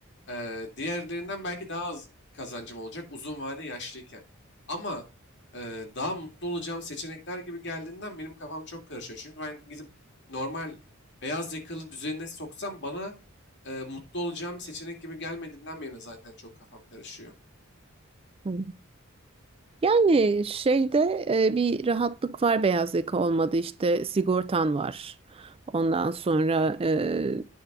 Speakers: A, on the left; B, on the right.
A: e, diğerlerinden belki daha az kazancım olacak uzun vade yaşlıyken. Ama e, daha mutlu olacağım seçenekler gibi geldiğinden benim kafam çok karışıyor. Çünkü ben gidip normal beyaz yakalı düzenine soksam bana e, mutlu olacağım bir seçenek gibi gelmediğinden beri zaten çok kafam karışıyor.
B: Hı. Yani şeyde e, bir rahatlık var beyaz yaka olmadı işte sigortan var. Ondan sonra e,